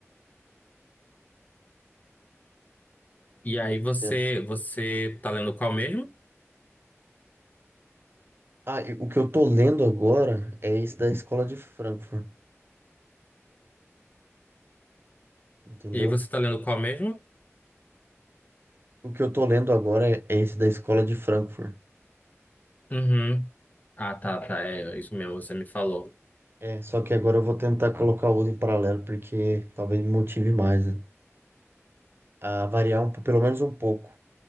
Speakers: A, on the left; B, on the right.
A: E aí você
B: Tem-
A: você tá lendo qual mesmo?
B: Ah, e o que eu tô lendo agora é esse da Escola de Frankfurt, entendeu?
A: E aí você tá lendo qual mesmo?
B: O que eu tô lendo agora é é esse da Escola de Frankfurt.
A: Uhum. Ah, tá, tá. É isso mesmo, você me falou.
B: É, só que agora eu vou tentar colocar o outro em paralelo, porque talvez me motive mais, né? A variar um, po- pelo menos um pouco,